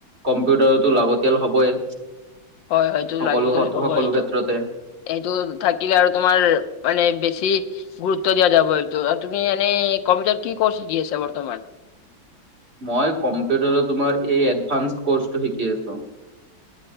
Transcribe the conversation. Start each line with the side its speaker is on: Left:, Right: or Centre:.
Right: কম্পিউটাৰতো লাগতিয়াল হবই।
Left: হয় সটো
Right: সকলো
Left: লাগিব বুলি
Right: সত-
Left: কব
Right: সকলো
Left: সেইটো।
Right: ক্ষেত্ৰতে
Left: এইটো থাকিলে আৰু তোমাৰ মানে বেছি। গুৰুত্ব দিয়া যাব তুমি এনে কম্পিউটাৰ কি ক'ৰ্ শিিকি আছা বৰ্তমান।
Right: মই কম্পিউটাৰৰ তোমাৰ এই এডভানস ক'ৰ্চটো শিকি আছোঁ।